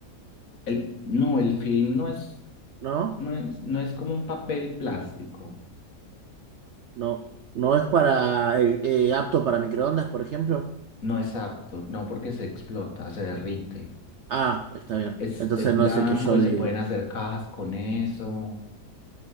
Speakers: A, on the left; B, on the right.
A: El, no, el film no es,
B: ¿no?
A: no es, no es como un papel plástico.
B: No. ¿No es para el, eh, apto para microondas, por ejemplo?
A: No es apto, no porque se explota, se derrite.
B: Ah, está bien.
A: Es,
B: Entonces
A: es
B: no
A: blanco
B: es el que yo
A: y
B: digo.
A: se pueden hacer cajas con eso